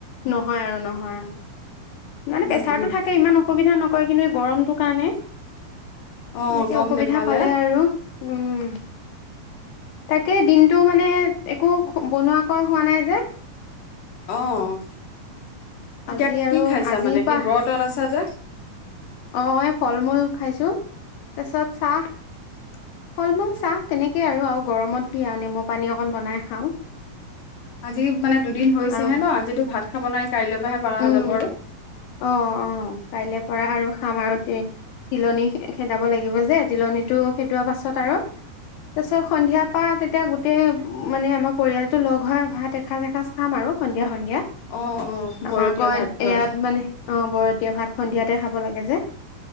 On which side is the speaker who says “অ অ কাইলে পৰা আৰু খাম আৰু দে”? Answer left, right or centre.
Left